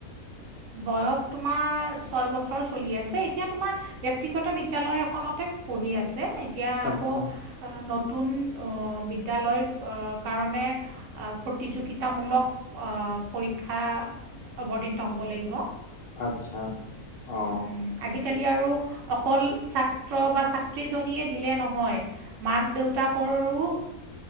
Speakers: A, on the right (about 65°); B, on the left (about 70°).
A: বয়স তোমাৰ ছয় বছৰ চলি আছে এতিয়া তোমাৰ ব্যক্তিগত বিদ্যালয় এখনতে পঢ়ি আছে এতিয়া
B: আচ্ছা
A: আকৌ অ নতুন বিদ্যালয়ৰ কাৰণে অ প্ৰতিযোগিতামূলক পৰীক্ষা অৱতীৰ্ণ হ'ব লাগিব।
B: আচ্ছা অ।
A: উম আজিকালি আৰু অকল ছাত্ৰ বা ছাত্ৰীজনীয়ে দিলে নহয়। মাক দেউ দেউতাকৰো